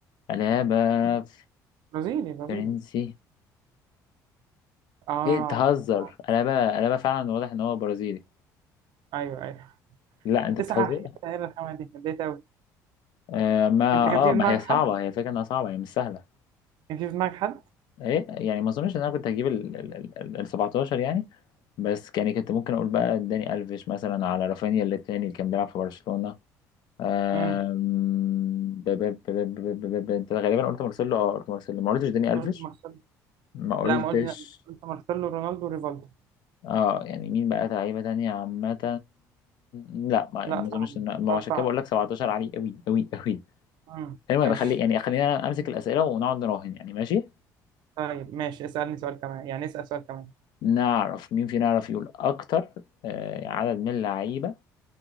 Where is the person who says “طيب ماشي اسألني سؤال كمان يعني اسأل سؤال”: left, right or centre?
Right